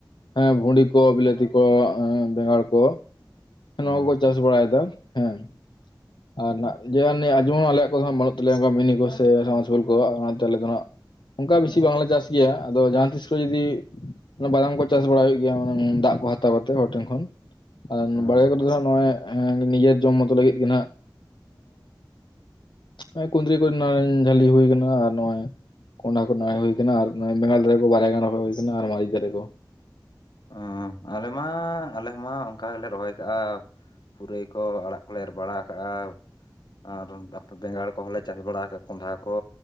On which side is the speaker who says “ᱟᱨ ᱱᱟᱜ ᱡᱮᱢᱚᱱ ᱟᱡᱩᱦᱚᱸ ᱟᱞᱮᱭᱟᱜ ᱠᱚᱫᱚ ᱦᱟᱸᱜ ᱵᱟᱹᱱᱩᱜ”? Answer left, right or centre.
Left